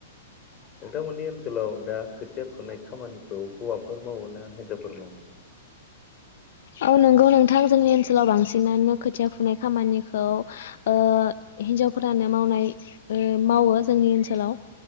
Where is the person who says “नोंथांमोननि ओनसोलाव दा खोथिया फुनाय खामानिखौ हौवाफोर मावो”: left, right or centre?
Left